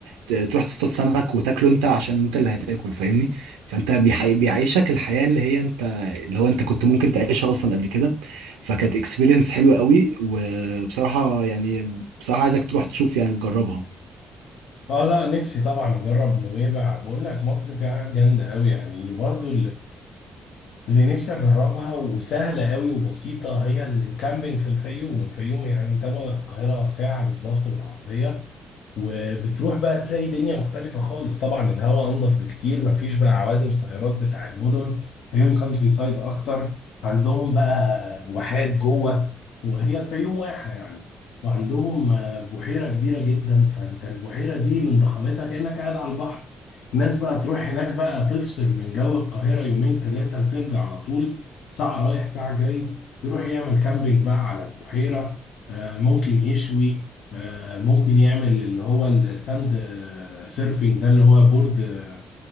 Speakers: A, on the right; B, on the left.
A: ت- تروح تصطاد سمك وتاكله انت عشان انت اللي هتاكل فاهمني فانت بيحي... بيعيشك الحياة اللي هي انت اللي هو انت كنت ممكن تعيشها اصلا قبل كده فكانت اكسبيرينس حلوة قوي وبصراحة يعني بصراحة عايزك تروح تشوف يعني تجربها
B: اه لا نفسي طبعا اجرب نويبع بقول لك مصر فيها حاجات جامده قوي يعني برضو اللي نفسي اجربها وسهله قوي وبسيطه هي الكامبينج في الفيوم الفيوم يعني تبعد عن القاهره ساعه بالظبط بالعربيه وبتروح بقى تلاقي دنيا مختلفة خالص طبعا الهواء انضف بكتير مفيش بقى عوادم سيارات بتاع المدن فيهم كانتري سايد اكتر عندهم بقى واحات جوه وهي الفيوم واحة يعني وعندهم آه، بحيرة كبيرة جدا فانت البحيرة دي من ضخامتها كأنك قاعد على البحر الناس بقى تروح هناك بقى تفصل من جو القاهرة يومين ثلاثة وترجع على طول ساعة رايح ساعة جاي يروح يعمل كامبينج بقى على البحيرة آه، ممكن يشوي آه، ممكن يعمل اللي هو الساند آه، سيرفينج ده اللي هو بورد آه،